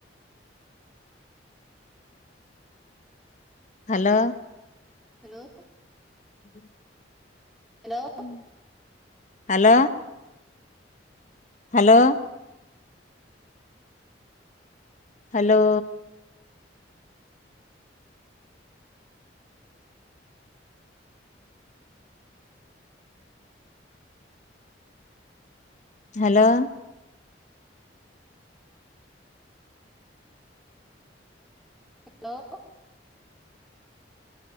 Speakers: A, on the left (about 40°); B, in the centre.
A: hello,
B: hello,
A: हम-
B: हॅलो
A: हं. Hello, hello, hello, hello,
B: hello,